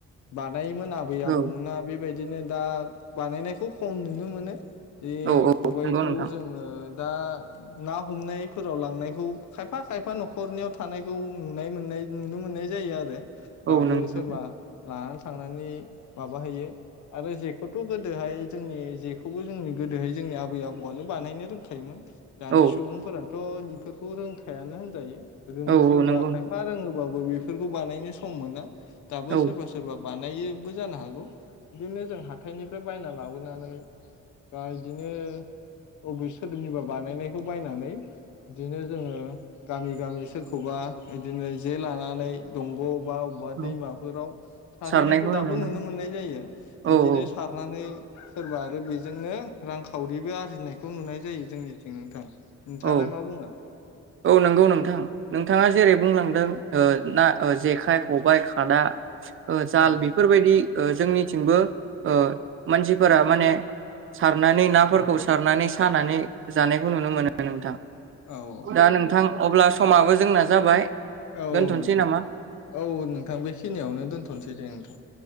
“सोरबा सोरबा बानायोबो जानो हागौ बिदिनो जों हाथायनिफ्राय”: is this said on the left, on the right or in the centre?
Left